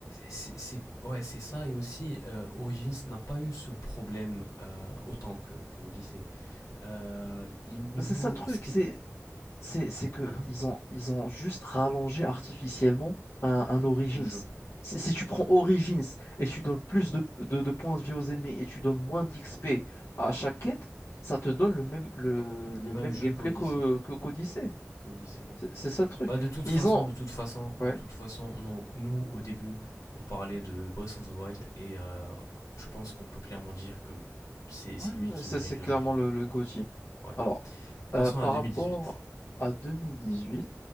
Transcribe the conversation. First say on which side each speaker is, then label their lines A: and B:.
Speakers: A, on the left; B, on the left.
A: c'est ouais, c'est ça et aussi euh, Origins n'a pas eu ce problème euh, autant que, que Odyssey. Euh, les niveaux
B: C'est ça le truc,
A: sca-
B: c'est c'est c'est que
A: hein
B: ils ont ils ont juste rallongé artificiellement un, un Origins.
A: le jeu.
B: Si, si tu prends
A: Hmm.
B: Origins et tu donnes plus de, de, de points de vie aux ennemis et tu donnes moins d'XP à chaque quête, ça te donne le même le, le
A: Le même
B: même
A: jeu
B: gameplay
A: que Odyssey.
B: qu'au- que qu'Odyssey.
A: Que Odyssey, ouais.
B: C'est c'est ça le truc.
A: Bah de toute
B: Et
A: façon,
B: ils ont
A: de toute façon,
B: ouais
A: de toute façon, non, nous au début, on parlait de Breath of the Wild et euh, je pense qu'on peut clairement dire que c'est c'est
B: ouais, ouais,
A: lui qui
B: c'est
A: mérite
B: c'est clairement
A: le jeu de l'année.
B: le le GOTY.
A: Ouais.
B: Alors
A: Passons
B: euh, par
A: à 2018.
B: rapport à 2018,